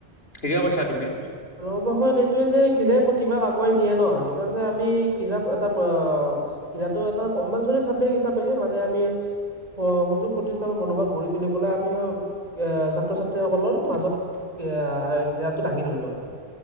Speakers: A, on the left; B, on the right.
A: ঠিকে কৈছাঁ তুমি।
B: ৰৱশত <unintelligible> এইটোৱে যে ক্ৰীড়াই প্ৰতিভাক আগুৱাই নিয়ে ন', সেইকাৰণে আমি ক্ৰীড়াক এটা ক্ৰীড়াটো এটা কম্পালচৰি চাবজেক্ট হিচাপে মানে আমি সুযোগ প্ৰতিষ্ঠানৰ মনোভাৱ, গঢ়ি তুলিবলৈ আমি এ ছাত্ৰ-ছাত্ৰীসকলৰ মাজত ক্ৰীড়াটো দাঙি ধৰিব লাগে।